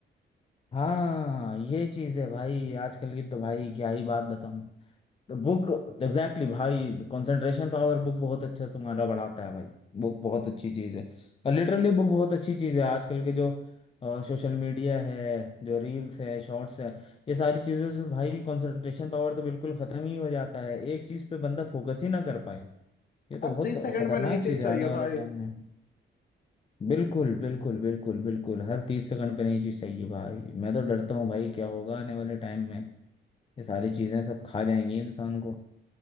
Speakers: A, on the left; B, on the left.
A: हाँ ये चीज है भाई आजकल की तो भाई क्या ही बात बताऊं तो बुक एग्जैक्टली भाई कंसंट्रेशन पावर बुक बहुत अच्छा तुम्हारा बढ़ाता है भाई बुक बहुत अच्छी चीज़ है और लिटरली बुक बहुत अच्छी चीज़ है आजकल के जो सोशल मीडिया है जो रील्स है शॉर्ट्स है ये सारी चीज़ों से भाई कंसंट्रेशन पावर तो बिल्कुल ख़त्म ही हो जाता है एक चीज़ पे बंदा फोकस ही ना कर पाए ये तो
B: अरे
A: बहुत
B: तीस सेकंड
A: खतरनाक
B: पे नई
A: चीज़
B: चीज चाहिए
A: है आने वाले
B: भाई
A: टाइम में बिल्कुल बिल्कुल बिल्कुल बिल्कुल हर तीस सेकंड पे नई चीज़ चाहिए भाई मैं तो डरता हूँ भाई क्या होगा आने वाले टाइम में ये सारी चीज़ें सब खा जाएंगी इंसान को